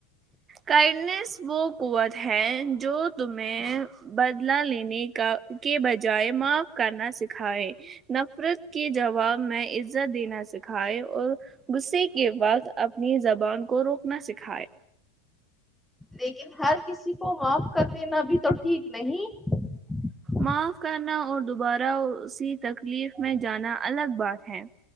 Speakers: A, on the right; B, in the centre.
A: کائنڈنیس وہ قوت ہے جو تمہیں بدلا لینے کا کے بجائے معاف کرنا سکھائے نفرت کے جواب میں عزت دینا سکھائے اور غصے کے وقت اپنی زبان کو روکنا سکھائے
B: لیکن ہر کسی کو معاف کر دینا بھی تو ٹھیک نہیں <inaudible>
A: معاف کرنا اور دوبارہ اسی تکلیف میں جانا الگ بات ہے